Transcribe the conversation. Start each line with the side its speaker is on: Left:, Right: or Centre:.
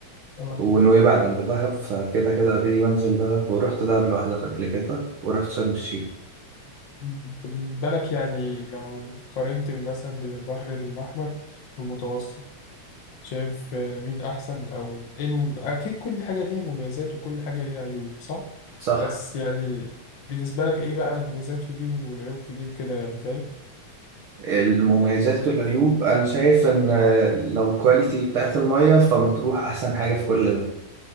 Left: اه
Right: ونويبع جنب دهب فكده كده أوريدي بنزل دهب ورحت دهب لوحدها قبل كده ورحت شرم الشيخ
Left: مم. طب بالنسبة لك يعني لو قارنت مثلا بين البحر الأحمر والمتوسط شايف آه، مين أحسن أو إيه الم... أكيد كل حاجة ليها مميزات وكل حاجة ليها عيوب صح؟
Right: صح
Left: بس يعني بالنسبة لك إيه بقى المميزات في دي والعيوب في دي وكده يعني فاهم؟
Right: المميزات والعيوب انا شايف ان لو الكواليتي بتاعت المية فمطروح احسن حاجة في كل ده